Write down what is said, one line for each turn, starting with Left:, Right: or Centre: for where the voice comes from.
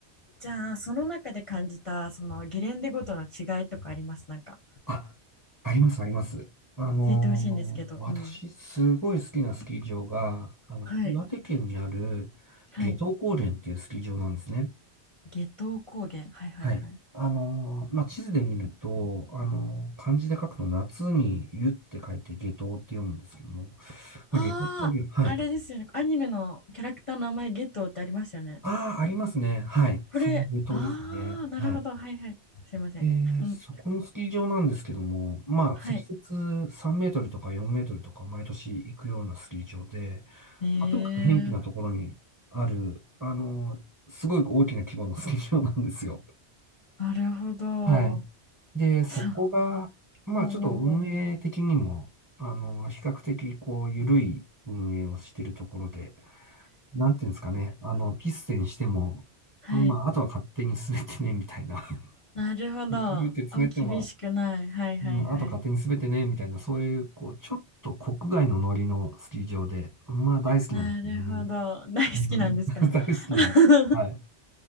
Left: じゃあその中で感じたそのゲレンデごとの違いとかありますなんか
Right: あ、あります、あります。あのー私、
Left: 教えてほしいんですけど。うん。
Right: すごい好きなスキー場が、あの、
Left: はい
Right: 岩手県にある夏油高原っていうスキー場なんですね。
Left: はい夏油高原はいはいはい。
Right: はい。あのーまあ、地図で見ると、あのー漢字で書くと夏に湯って書いて夏油って読むんですけども、
Left: あああれですよねアニメのキャラクターの名前ゲトウってありましたよね。
Right: まあ、夏油高原、はい。ああ、ありますね。はい。そういう、
Left: これああなるほどはいはいすいません。
Right: 島ですね。はい。で、
Left: うん
Right: そこのスキー場なんですけども、まあ、
Left: はい。
Right: 積雪3メートルとか4メートルとか毎年行くようなスキー場で、
Left: えー、
Right: まあ、とにかく偏僻なところにある、あの、すごい大きな規模のスキー場なんですよ。
Left: なるほど。
Right: はい。で、そこが、
Left: そう。
Right: まあ、
Left: おうおうおう
Right: ちょっと運営的にも、あの、比較的、こう、緩い運営をしているところで、なんていうんですかね。あの、ピステにしても、
Left: はい。
Right: うんまあ、あとは勝手に滑ってね、みたいな。<laughs>
Left: なるほど。
Right: 結局って詰めても、
Left: あ、厳しくない。はいはいはい。
Right: うん、あとは勝手に滑ってね、みたいな、そういう、こう、ちょっと国外のノリのスキー場で、まあ、大好きなんですよね。
Left: なるほど。大好きなんですか
Right: うん、<laughs> 大好きなの。
Left: <laughs>
Right: はい。